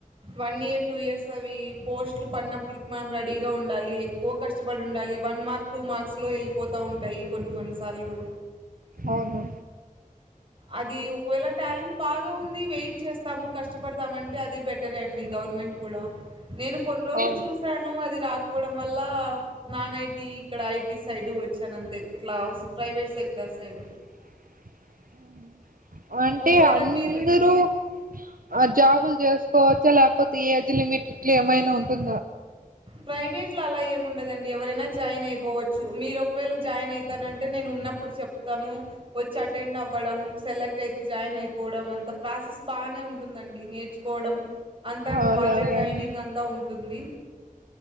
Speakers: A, on the right; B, on the right.
A: వన్ ఇయర్ టూ ఇయర్స్ అవి పోస్ట్లు పన్న అప్పుడికి మనం రెడీగా ఉండాలి ఎక్కువ కష్టపడి ఉండాలి వన్ మార్క్ టూ మార్క్స్ లో వెళ్ళిపో తా ఉంటాయి కొన్ని కొన్నిసార్లు
B: అవును
A: అది ఒకవేళ టాలెంట్ బాగా ఉంది వెయిట్ చేస్తాము కష్టపడతామంటే అది బెటరే అండి గవర్నమెంట్ కూడా నేను కొన్ని రోజులు
B: అవును.
A: చూసాను అది రాకపోవడం వల్ల నాన్ ఐటి ఇక్కడ ఐటీ సైడ్ వచ్చాను అంతే ఇట్లా ప్రైవేట్ సెక్టర్ సైడ్
B: అవు అంటే
A: ఒకవేళ
B: అందరూ
A: మీరు
B: ఆ జాబులు చేసుకోవచ్చా లేకపోతే ఏజ్ లిమిట్ ఇట్ల ఏమైనా ఉంటుం
A: ప్రైవేట్ లో అలా ఏము ఉండదండి ఎవరైనా జాయిన్ అయిపోవచ్చు మీరు ఒకవేళ జాయిన్ అయితానంటే నేను ఉన్నప్పుడు చెప్తాను వచ్చి అటెండ్ అవ్వడం సెలెక్ట్ అయితే జాయిన్ అయిపో పోడం అంత ప్రాసెస్ బానే ఉంటుందండి నేర్చుకోవడం అంతా
B: అలాగా
A: వాళ్ళే ట్రైనింగ్ అంతా ఉంటుంది